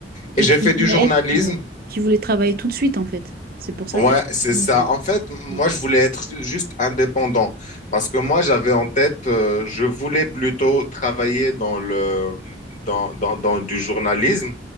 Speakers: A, on the right; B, on the left.
A: Et
B: Et j'ai
A: qui
B: fait du
A: voulait
B: journalisme
A: être, euh, qui voulait travailler tout de suite, en fait. C'est pour ça
B: Ouais,
A: que tu as
B: c'est
A: choisi.
B: ça. En fait,
A: euh,
B: moi,
A: ouais.
B: je voulais être ju- juste indépendant parce que moi, j'avais en tête, euh, je voulais plutôt travailler dans le, dans, dans, dans du journalisme.